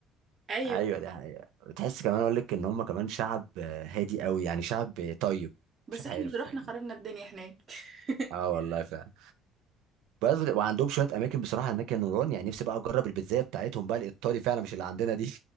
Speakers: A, on the right; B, on the right.
A: ايوه
B: ايوه ده حقيقة. بتحس كمان اقول لك ان هم كمان شعب آه، هادي قوي يعني شعب آه، طيب
A: بس
B: مش عارف
A: احنا اللي رحنا
B: يعني
A: خربنا الدنيا هناك <laughs>
B: اه والله فعلا بس وعندهم شويه اماكن بصراحه هناك يا نوران يعني نفسي بقى اجرب البيتزا بتاعتهم بقى الايطالي فعلا مش اللي عندنا دي <laughs>